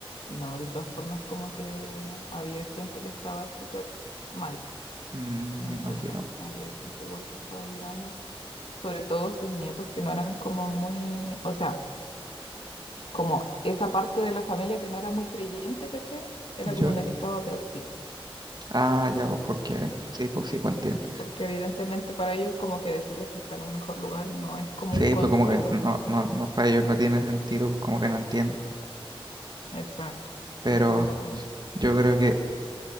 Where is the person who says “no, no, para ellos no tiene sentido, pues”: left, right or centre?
Right